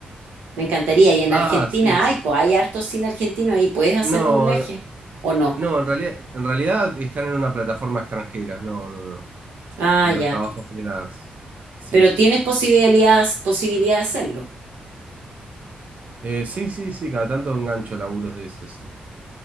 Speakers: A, on the right; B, on the right.
A: Me encantaría. Y en
B: Ah,
A: Argentina
B: sí, sí.
A: hay, pues
B: sí.
A: hay harto cine argentino ahí. ¿Puedes hacer
B: No,
A: doblaje o no?
B: no, en realidad, en realidad están en una plataforma extranjera, no, no, no,
A: Ah,
B: en
A: ya.
B: los trabajos freelance. Sí,
A: Pero
B: sí.
A: tienes posibilidad, posibilidad de hacerlo.
B: Eh, sí, sí, sí, cada tanto engancho laburos de eso, sí.